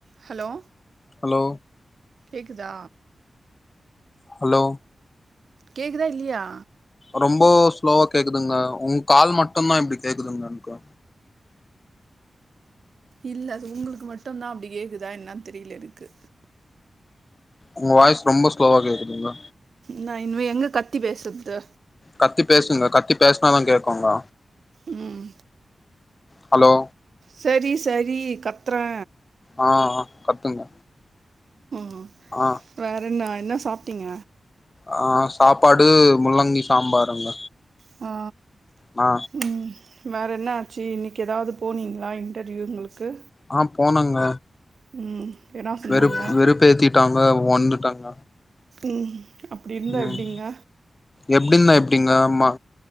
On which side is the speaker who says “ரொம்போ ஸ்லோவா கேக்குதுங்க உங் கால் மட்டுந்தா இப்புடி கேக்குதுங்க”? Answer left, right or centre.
Left